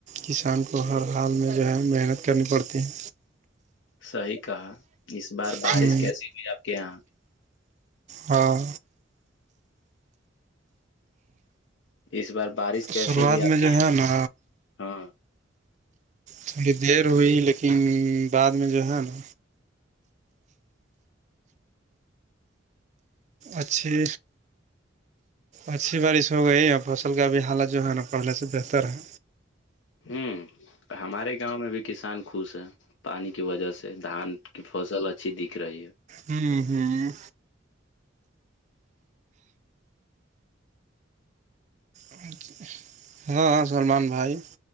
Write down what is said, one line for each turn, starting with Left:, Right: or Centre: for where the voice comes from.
Right: کسان کو ہر حال میں جو ہے محنت کرنی پڑتی ہے
Left: صحی کہا اس بار بارش
Right: ہے
Left: کیسی ہوئی آپ کے یہاں
Right: ہاں
Left: اس بار بارش کیسی
Right: شروعات
Left: ہوئی آپ
Right: میں
Left: کی
Right: جو
Left: یہاں
Right: ہے نا تھوڑی دیر ہوئی لیکن بعد میں جو ہے نا اچھی اچھی بارش ہو گئی فصل کا ابھی حالت جو ہے نا پہلے سے بہتر ہے
Left: ہوں ہمارے گاؤں میں بھی کسان خوش ہیں پانی کی وجہ سے دھان کی فسل اچھی دکھ رہی ہے
Right: ہوں ہوں اور ج <inaudible> <unintelligible> ہاں سلمان بھائی